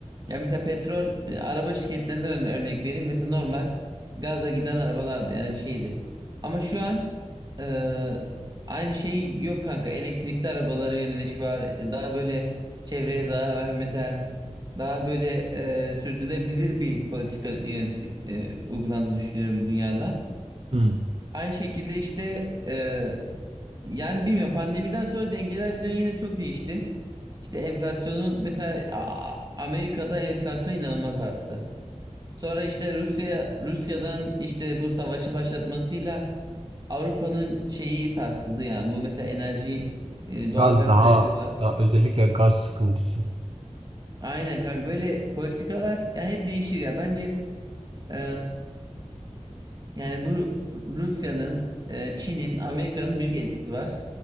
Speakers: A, on the right; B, on the right.
A: ya mesela petrol e, araba şirketlerinden örne- örnek vereyim mesela normal gazla giden arabalardı yani şeydi. Ama şu an e, aynı şey yok kanka. Elektrikli arabalara yöneliş var. E, Daha böyle çevreye zarar vermeden daha böyle e, sürdürülebilir bir politika yöneti, e, uygulandığını düşünüyorum dünyada.
B: Hı.
A: Aynı şekilde işte e, yani bilmiyorum pandemiden sonra dengeler biliyorsun yine çok değişti. İşte enflasyonun mesela A- Amerika'da enflasyon inanılmaz arttı. Sonra işte Rusya Rusya'dan işte bu savaşı başlatmasıyla Avrupa'nın şeyi sarsıldı yani. Bu mesela enerji e, doğalgaz
B: Gaz daha
A: krizi var.
B: daha özellikle gaz sıkıntısı.
A: Aynen kanka böyle politikalar yani hep değişir ya. Bence e, yani bu Rusya'nın, e, Çin'in, Amerika'nın büyük etkisi var